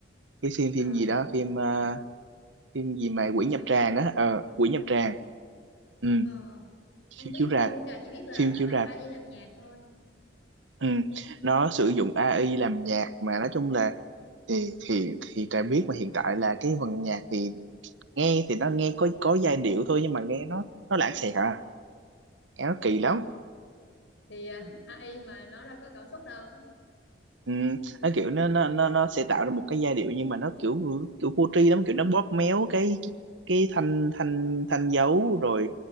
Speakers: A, on the right; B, on the left.
A: cái phim phim
B: ờ
A: gì đó phim ờ, phim gì mà
B: dạ
A: Quỷ Nhập
B: hả
A: Tràng á ờ Quỷ Nhập Tràng ừ.
B: ờ không
A: phim
B: biết
A: chiếu rạp
B: luôn trà chỉ biết là
A: phim
B: à,
A: chiếu
B: làm
A: rạp
B: AI làm nhạc thôi
A: ừ. nó sử dụng AI làm nhạc mà nói chung là thì thì thì ta biết mà hiện tại là cái phần nhạc thì nghe thì nó nghe có có giai
B: ừ.
A: điệu thôi nhưng mà nghe nó nó lãng xẹt à nghe nó kỳ lắm
B: thì à, AI mà nó đâu có cảm xúc đâu
A: Ừ, nó kiểu nó, nó nó nó sẽ tạo ra một cái giai điệu nhưng mà nó kiểu kiểu vô tri lắm kiểu nó bóp méo cái cái thanh thanh thanh dấu rồi